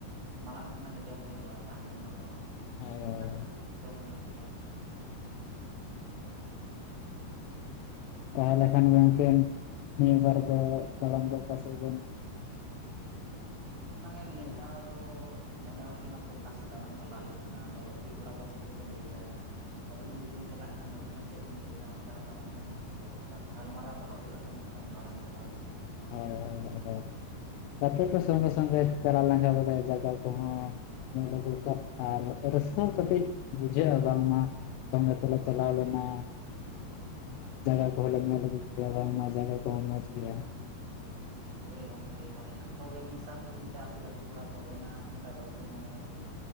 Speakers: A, on the right; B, on the left.
A: ᱢᱟᱲᱟᱝ ᱠᱷᱚᱱᱟᱜ ᱜᱮ ᱡᱚᱢ ᱦᱳᱭᱳᱜ-ᱟ, ᱛᱟᱦᱞᱮ ᱚᱱᱟ ᱫᱚ
B: ᱦᱳᱭ
A: ᱚᱝᱠᱟ
B: ᱦᱳᱭ
A: ᱜᱮ ᱡᱚᱢ ᱦᱩᱭᱩᱜ ᱜᱮᱭᱟ᱾
B: ᱛᱟᱦᱚᱞᱮ ᱠᱷᱟᱱ ᱜᱚᱝᱠᱮ ᱱᱤᱭᱟᱹ ᱵᱟᱨ ᱫᱚ ᱛᱟᱲᱟᱢ ᱫᱚ ᱚᱠᱟ ᱥᱮᱫ ᱵᱮᱱ
A: ᱚᱱᱟᱜᱮ ᱱᱤᱭᱟᱹ
B: ᱪᱟᱞᱟᱜᱼᱟ
A: ᱫᱷᱟᱣ ᱫᱚ ᱢᱚᱱᱮ ᱦᱩᱭ ᱠᱟᱱᱟ ᱛᱚ ᱚᱠᱟ ᱥᱮᱫ ᱫᱟᱬᱟᱱ ᱪᱟᱞᱟᱜ ᱦᱩᱭᱩᱜ ᱠᱟᱱᱟ ᱟᱫᱚ ᱜᱟᱛᱮ ᱠᱚᱲᱟ ᱠᱚ ᱪᱮᱫ ᱠᱚ ᱠᱚ ᱞᱟᱹᱭᱫᱟ, ᱟᱹᱵᱤᱱ ᱡᱩᱫᱤ ᱵᱤᱱ ᱪᱟᱞᱟᱜ ᱠᱷᱟᱱ ᱟᱹᱵᱤᱱ ᱦᱚᱸ ᱪᱮᱫ ᱵᱤᱱ ᱞᱟᱹᱭᱫᱟ ᱚᱱᱠᱟ ᱛᱟᱨ ᱢᱚᱛᱚᱱ ᱜᱟᱞᱢᱟᱨᱟᱣ ᱫᱚᱦᱚ ᱦᱩᱭᱩᱜ-ᱟ ᱛᱚ ᱴᱟᱱ ᱫᱟᱬᱟᱱ ᱪᱟᱞᱟᱣ ᱨᱮᱭᱟᱜ᱾
B: ᱦᱳᱭ ᱦᱳᱭ ᱜᱟᱛᱮ ᱠᱚ ᱥᱚᱸᱜᱮ ᱥᱚᱸᱜᱮ ᱪᱟᱞᱟᱣ ᱞᱮᱝᱠᱷᱟ ᱵᱚᱞᱮ ᱡᱟᱜᱟ ᱠᱚᱦᱚᱸ ᱧᱮᱞ ᱫᱚ ᱫᱚᱨᱠᱟᱨ ᱟᱨ ᱨᱟᱹᱥᱠᱟᱹ ᱦᱚᱸ ᱠᱟᱹᱴᱤᱡ ᱵᱩᱡᱷᱟᱹᱜ-ᱟ ᱵᱟᱝᱢᱟ ᱥᱚᱸᱜᱮ ᱛᱮᱞᱮ ᱪᱟᱞᱟᱣ ᱞᱮᱱᱟ᱾ ᱡᱟᱜᱟ ᱠᱚᱸᱦᱚᱸᱞᱮ ᱧᱮᱞ ᱟᱹᱜᱩ ᱠᱮᱫᱟ ᱵᱟᱝ ᱢᱟ ᱡᱟᱜᱟ ᱠᱚᱸᱦᱚ ᱢᱚᱡᱽ ᱜᱮᱭᱟ᱾
A: ᱦᱳᱭ ᱜᱚᱝᱠᱮ ᱢᱟᱱᱮ ᱡᱷᱚᱛᱚ ᱜᱮ ᱢᱤᱫ ᱥᱟᱶᱛᱮ ᱡᱩᱫᱤᱢ ᱪᱟᱜ ᱟ ᱥᱮ ᱜᱟᱛᱮ ᱠᱚᱲᱟ ᱛᱚᱵᱮᱱᱟᱜ ᱢᱤᱫᱴᱟᱝ ᱨᱟᱹᱥᱠᱟᱹ ᱧᱟᱢᱚᱜ ᱟ ᱥᱮ᱾